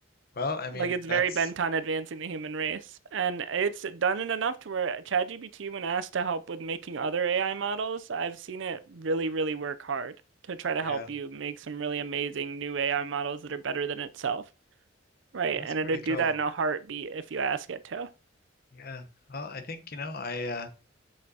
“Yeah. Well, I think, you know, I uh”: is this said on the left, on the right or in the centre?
Left